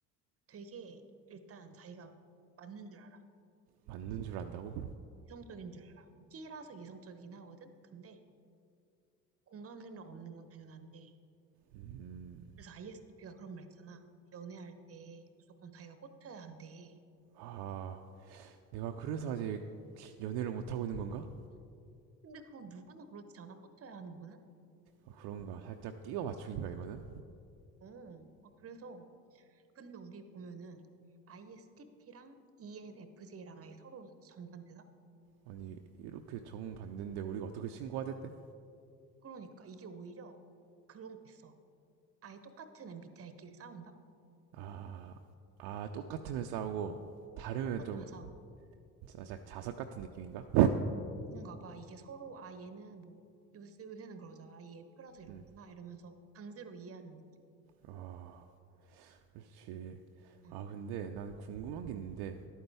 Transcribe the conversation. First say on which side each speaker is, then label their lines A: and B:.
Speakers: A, on the right (about 30°); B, on the right (about 55°).
A: 되게 일단 자기가 맞는 줄 알아.
B: 맞는 줄 안다고?
A: 이성적인 줄 알아. T라서 이성적이긴 하거든? 근데 공감 능력 없는 건 당연한데.
B: 음,
A: 그래서 ISTP가 그런 말 있잖아. 연애할 때 무조건 자기가 꽂혀야 한대.
B: 아, 내가 그래서 아직 연애를 못하고 있는 건가?
A: 근데 그건 누구나 그렇지 않아? 꽂혀야 하는 거는?
B: 아, 그런가? 살짝 끼워 맞추기인가, 이거는?
A: 어, 아, 그래서. 근데 우리 보면은 ISTP랑 ENFJ랑 아예 서로 정반대다?
B: 아니, 이렇게 정 받는데 우리가 어떻게 신고가 됐대?
A: 그러니까 이게 오히려 그런 거 있어. 아예 똑같은 MBTI끼리 싸운다?
B: 아, 아, 똑같으면 싸우고, 다르면
A: 똑같으면
B: 좀,
A: 싸워.
B: 살짝 자석 같은 느낌인가?
A: 뭔가 봐. 이게 서로, 아, 얘는 뭐, 요새, 요새는 그러잖아. 아, 얘 F라서 이렇구나.
B: 응
A: 이러면서 강제로 이해하는 느낌?
B: 아, 그렇지.
A: 응.
B: 아, 근데 난 궁금한 게 있는데,